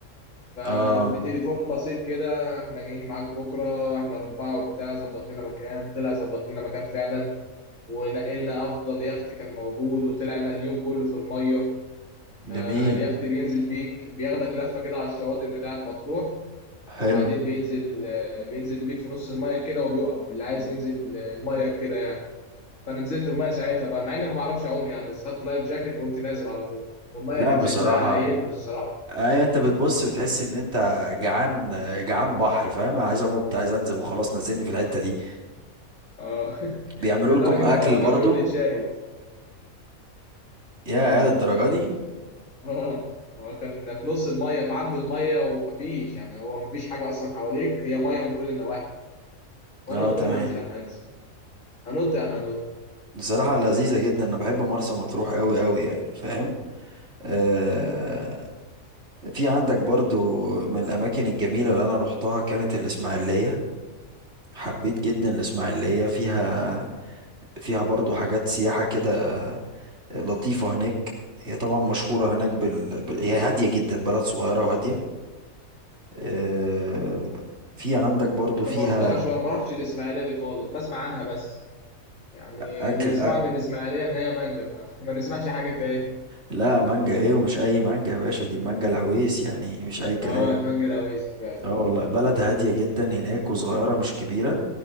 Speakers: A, on the left; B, on the right.
A: فبتليفون
B: اه
A: بسيط كده احنا جايين معاك بكره احنا اربعه وبتاع ظبط لنا مكان طلع ظبط لنا مكان فعلا ونقلنا افضل يخت كان موجود وطلعنا اليوم كله في الميه آه
B: جميل
A: اليخت بينزل بيك بياخدك لفه كده على الشواطئ بتاعه مطروح
B: حلو
A: وبعدين بينزل آه، بينزل بيك في نص الميه كده وبيقف اللي عايز ينزل الميه كده يعني فانا نزلت المايه ساعتها بقى مع اني ما بعرفش اعوم يعني بس خدت لايف جاكيت وقمت نازل على طول المايه
B: لا
A: كان
B: بصراحة
A: شكلها يهبل الصراحه
B: اي انت بتبص بتحس ان انت جعان جعان بحر فاهم عايز انط عايز انزل وخلاص نزلني في الحتة دي
A: اه <laughs>
B: بيعملوا
A: لدرجه
B: لكم اكل
A: ان هو
B: برضو
A: كان بيقول لي تشاهد
B: يا يا للدرجة دي
A: اه هو كان في نص المايه في عرض المايه ومفيش يعني هو مفيش حاجه اصلا حواليك هي مايه من كل النواحي وانا
B: اه
A: قلت
B: تمام
A: لهم هنزل انا هنزل هنط يعني هنط
B: بصراحة لذيذة جدا انا بحب مرسى مطروح قوي قوي يعني فاهم آه في عندك برضو من الاماكن الجميلة اللي انا روحتها كانت الاسماعيلية حبيت جدا الاسماعيلية فيها فيها برضو حاجات سياحة كده لطيفة هناك هي طبعا مشهورة هناك بال... بال... هي هادية جدا بلد صغيرة وهادية آه، في عندك برضو
A: انا
B: فيها
A: ما رحتهاش وما رحتش الاسماعيليه دي خالص بسمع عنها بس يعني
B: أكل
A: اللي نسمعه
B: أ...
A: عن الاسماعيليه ان هي مانجا ما, <laughs> ما نسمعش حاجه تاني
B: لا مانجا إيه ومش أي مانجا يا باشا دي مانجا العويس يعني مش أي كلام
A: اه المانجا الاويسي فعلا
B: اه والله بلد هادية جدا هناك وصغيرة مش كبيرة